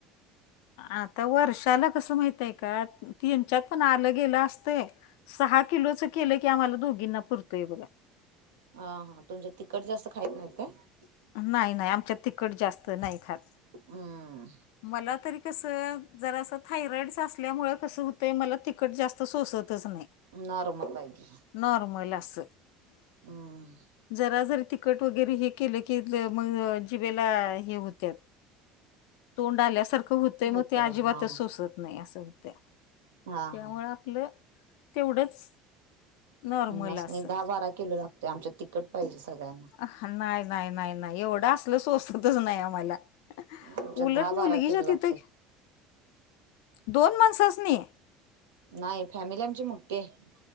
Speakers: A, on the left; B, on the right.
A: आता वर्षाला कसं माहितंय का, तेनच्यात पण आलं गेलं असतंय. सहा किलोच केलं, की आम्हाला दोघींना पुरतंय बघा.
B: आ हा तुमचं तिखट जास्त खाईत नाहीत काय?
A: नाही नाही, आमच्यात तिखट जास्त नाही खात.
B: अं.
A: मला तरी कसं, जरासं थायरॉईडचं असल्यामुळं कसं हुतंय मला ति खट जास्त सोसतच नाही.
B: नॉर्मल पाहिजे.
A: नॉर्मल असं,
B: हम्म
A: जरा जरी ति खट वगैरे हे केलं की, ज मग जिबेला हे होत्यात. तोंड आल्यासारखं होतंय, मग
B: होतय
A: ते अजिबातच
B: हा हा
A: सोसत नाही असं होतंय.
B: हा
A: त्यामुळं
B: हा
A: आपलं तेवढंच नॉर्मल
B: आम्हास्नी
A: असं
B: दहा बारा किलो लागतंय, आमच्या तिखट पाहिजे सगळ्यांना.
A: अहं नाही नाही नाही नाही, एवढं असलं सोसतच नाही आम्हाला.
B: आमच्यात
A: उलट
B: दहा
A: मुलगीच्या
B: बारा किलो
A: तिथं
B: लागते.
A: दोन माणसांस्नी?
B: नाही फॅमिली आमची मोठी हाय.